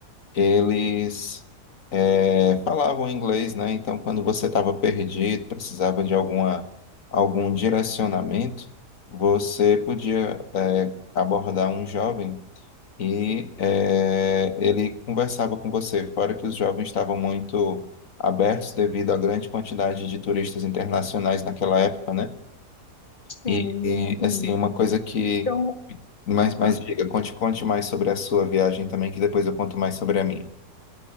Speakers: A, on the left; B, on the left.
A: eles eh, falavam inglês, né? Então, quando você estava perdido, precisava de alguma, algum direcionamento, você podia eh, abordar um jovem e eh, ele conversava com você. Fora que os jovens estavam muito abertos devido à grande quantidade de turistas internacionais naquela época, né?
B: sim,
A: E, e,
B: sim.
A: assim, uma coisa que.
B: Então,
A: Mas, mas
B: a
A: diga, conte, conte mais sobre a sua viagem também, que depois eu conto mais sobre a minha.